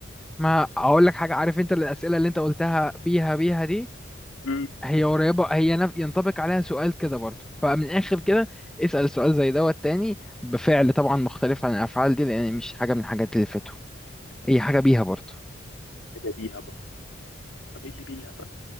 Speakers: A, in the centre; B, on the left.
A: ما اقول لك حاجه عارف انت الاسئله اللي انت قلتها بيها بيها دي
B: امم
A: هي قريبه هي نف... ينطبق عليها سؤال كده برضه فمن الاخر كده اسال سؤال زي دوت تاني بفعل طبعا مختلف عن الافعال دي لان مش حاجه من الحاجات اللي فاتوا هي حاجه بيها برضه
B: حاجه بيها بقى طب ايه اللي بيها طيب